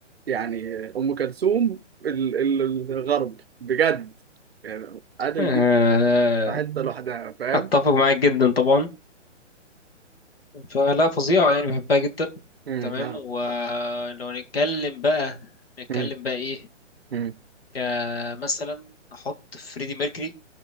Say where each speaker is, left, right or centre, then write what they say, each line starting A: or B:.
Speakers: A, on the right; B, on the left.
A: يعني ام كلثوم ال- ال- الغرب بجد يعني ادل
B: آه،
A: دي في حته لوحدها فاهم
B: أتفق معاك جدا طبعا فلا فظيعة يعني بحبها جدا
A: امم
B: تمام
A: لا
B: ولو نتكلم بقى نتكلم
A: امم
B: بقى إيه
A: امم
B: كمثلا أحط فريدي ميركوري